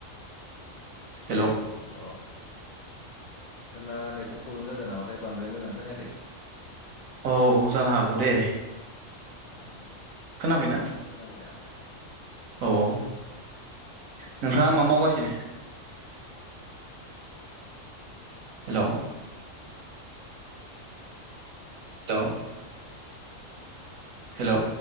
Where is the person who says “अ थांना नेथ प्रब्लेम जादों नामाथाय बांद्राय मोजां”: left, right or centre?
Left